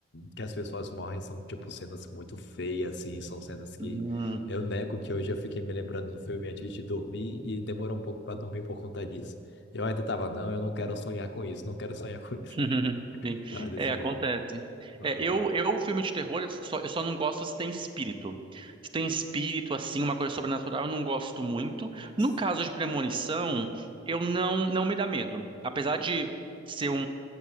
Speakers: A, on the left; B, on the right.
A: que as pessoas morrem, são tipo cenas muito feias, assim, são cenas que
B: Hum.
A: eu nego que hoje eu fiquei me lembrando do filme antes de dormir e demorou um pouco para dormir por conta disso. Eu ainda tava, não, eu não quero sonhar com isso, não quero sonhar com isso.
B: <laughs> Sim.
A: Tá, desse
B: É, acontece.
A: jeito. Aham.
B: É, eu, eu, filme de terror, eu só, eu só não gosto se tem espírito. Se tem espírito, assim, uma coisa sobrenatural, eu não gosto muito.
A: Nossa.
B: No caso de premonição, eu não, não me dá medo. Apesar de ser um,